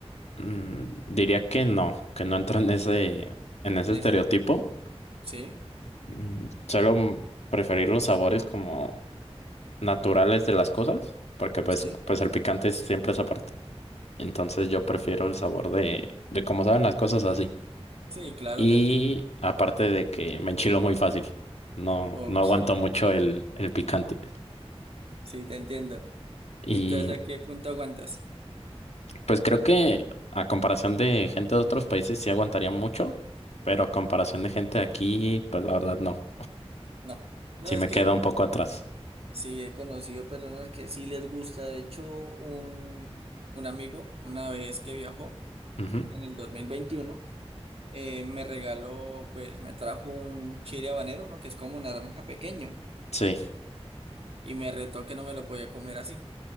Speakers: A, on the left; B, on the right.
A: mm, diría que no, que no entro en ese, en ese
B: En
A: estereotipo.
B: ese, sí,
A: Mm, Suelo mm, preferir los sabores como naturales de las cosas, porque pues,
B: sí,
A: pues el picante es siempre esa parte. Entonces yo prefiero el sabor de, de cómo saben las cosas así.
B: sí, claro,
A: Y
B: te entiendo.
A: aparte de que me enchilo muy fácil, no,
B: Ok,
A: no aguanto
B: <laughs>
A: mucho el, el picante.
B: sí, te entiendo.
A: Y
B: ¿Y tú hasta qué punto aguantas?
A: pues creo que a comparación de gente de otros países sí aguantaría mucho, pero a comparación de gente de aquí, pues la verdad no.
B: No, no,
A: Sí
B: es
A: me
B: que
A: queda
B: he cono-
A: un poco atrás.
B: sí, he conocido personas que sí les gusta. De hecho, un, un amigo, una vez que viajó
A: Ujú.
B: en el 2021, eh, me regaló, pues me trajo un chile habanero, uno que es como un naranja pequeño,
A: Sí,
B: y me retó que no me lo podía comer así.